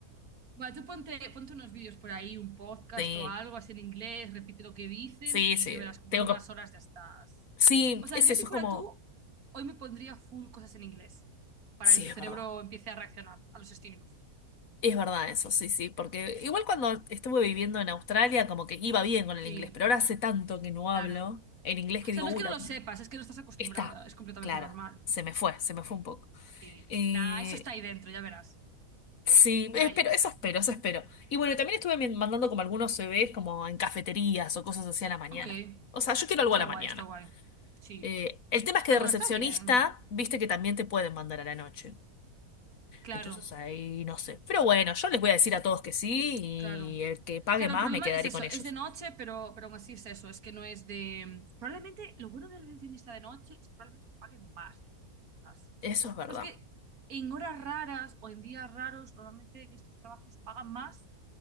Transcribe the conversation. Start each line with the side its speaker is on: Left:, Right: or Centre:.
Right: Va, tú ponte, ponte unos vídeos por ahí, un podcast
Left: Sí,
Right: o algo así en inglés, repite lo que dicen
Left: sí,
Right: y
Left: sí,
Right: ya verás como
Left: tengo
Right: en unas
Left: que...
Right: horas ya estás.
Left: Sí,
Right: O sea,
Left: es
Right: yo
Left: eso,
Right: si
Left: es
Right: fuera
Left: como...
Right: tú, hoy me pondría full cosas en inglés para
Left: Sí,
Right: que tu
Left: es
Right: cerebro
Left: verdad.
Right: empiece a reaccionar a los estímulos.
Left: Es verdad eso, sí, sí, porque igual cuando estuve viviendo en Australia como que iba bien con
Right: Sí,
Left: el inglés, pero ahora hace tanto que no
Right: claro.
Left: hablo en inglés que
Right: O
Left: digo,
Right: sea, no
Left: uy,
Right: es que
Left: la-
Right: no lo sepas, es que no estás acostumbrada,
Left: está,
Right: es completamente
Left: claro,
Right: normal.
Left: se me fue, se me fue un poco.
Right: Sí.
Left: Eh,
Right: Nah, eso está ahí dentro, ya verás.
Left: sí,
Right: Está
Left: espero,
Right: ahí.
Left: eso espero, eso espero. Y bueno, también estuve mi- mandando como algunos CVs como en cafeterías o cosas así a la mañana.
Right: Ok,
Left: O sea, yo quiero algo
Right: está
Left: a la
Right: guay,
Left: mañana.
Right: está guay. Sí.
Left: Eh, el tema es que
Right: Ah,
Left: de
Right: bueno,
Left: recepcionista,
Right: está bien.
Left: viste que también te pueden mandar a la noche.
Right: Claro,
Left: Entonces ahí no sé. Pero bueno, yo les voy a decir a todos que sí
Right: claro.
Left: y el que pague
Right: Claro,
Left: más
Right: el problema
Left: me quedaré
Right: es eso,
Left: con ellos.
Right: es de noche, pero, pero aún así es eso, es que no es de... Probablemente lo bueno del recepcionista de noche es que probablemente te paguen más. de lo que estás.
Left: Eso es verdad.
Right: Pero es que en horas raras o en días raros, normalmente en estos trabajos pagan más